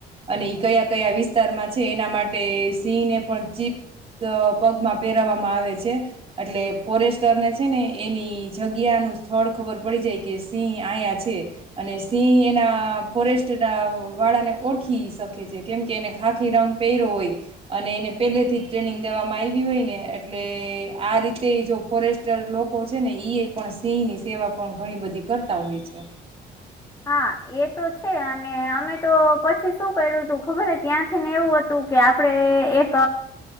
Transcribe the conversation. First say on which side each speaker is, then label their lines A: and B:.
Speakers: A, on the right; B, on the left.
A: અને કયા કયા વિસ્તારમાં છે એના માટે સિંહને પણ ચીપ્સ પગમાં પહેરાવવામાં આવે છે એટલે ફોરેસ્ટરને છે ને એની જગ્યાનું સ્થળ ખબર પડી જાય કે સિંહ આયા છે અને સિંહ એના ફોરેસ્ટના વાળાને ઓળખી શકે છે કેમ કે એને ખાખી રંગ પેયરો હોય અને એને પહેલેથી જ ટ્રેનિંગ દેવામાં આવી હોય ને એટલે આ રીતે જો ફોરેસ્ટર લો લોકો છે ઈ પણ સિંહની સેવા પણ ઘણી બધી કરતા હોય છે
B: હા એ તો છે અને અમે તો પછી શું કર્યું તું ખબર ત્યાંથીને એવું હતું કે આપણે એક